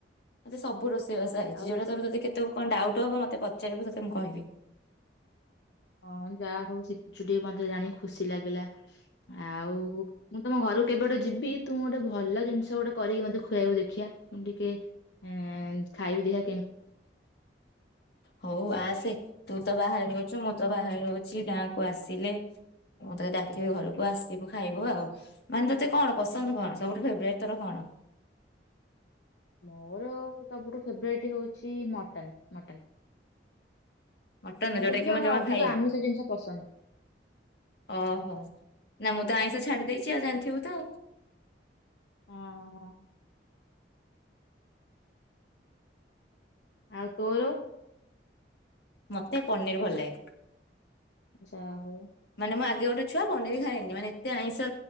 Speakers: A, on the left (about 60°); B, on the left (about 75°).
A: ମତେ ସବୁ ରୋଷବାସ
B: ହଁ
A: ହେଛି
B: ଆଉ
A: ଯଉଟା
B: ଦେଖ
A: ତାର ତୋ କେତେ। କଣ ଡାଉଟ୍ ହବ ମତେ ପଚାରିବୁ ତତେ ମୁଁ କହିବି।
B: ହଁ ଯାହା ହଉ ଶିଖୁଛୁ ଟିକେ ମତେ ଜାଣିିକି ଖୁସି ଲାଗିଲା ଆଉ ମୁଁ ତମ ଘର। କେବେଟେ ଯିବି ତୁ ଗୋଟେ ଭଲ । ଜିନିଷ ଗୋଟେ କରିକି ମତେ ଖୁଆବାକୁ ଦେଖିବା। ମୁଣ୍ଡିକେ। ହଁ ଖାଇବି ଦେହ।
A: ହଉ ଆସେ ତୁ ତ ବାହଘର। ମୁଁ ତ ବାହାରେ ଅଛି ଗାଁକୁ ଆସିଲେ ମୁଁ ତତେ ଡାକିବି ଘରକୁ ଆସିବୁ ଖାଇବୁ ଆଉ ମାନେ ତୋତେ କଣ ପସନ୍ଦ କଣ ସବୁଠୁ ଫେବଟ ତର କଣ।
B: ମୋର ସବୁଠୁ ଫେବରଟ ହଉଛି ମଟନ ମଟନ।
A: ମଟନ
B: ମତେ
A: ଯୋଉଟା
B: ଟିକେ
A: କି ମୁଁ ଜମା
B: ଅଧିକ
A: ଖାଏନି
B: ଆମିଷ ଜିନିଷ ପସନ୍ଦ
A: ଓହୋ ନା ମୁଁ। ଦାଇଁଷ ଛାଡି ଦେଇେଇଛି ଆଉ ଜାଣିଥିବୁ ତ ଆଉ।
B: ହଁ। ଆଉ ତୋର।
A: ମତେ ପନିର ଭଲ ଲାଗେ।
B: ଯାହୋ।
A: ମାନେ ମୁଁ ଆଗେ ଗୋଟେ ଛୁଆ ପନିର ଖାଇନି ମାନେ ଏତେ ଆଇଁଷ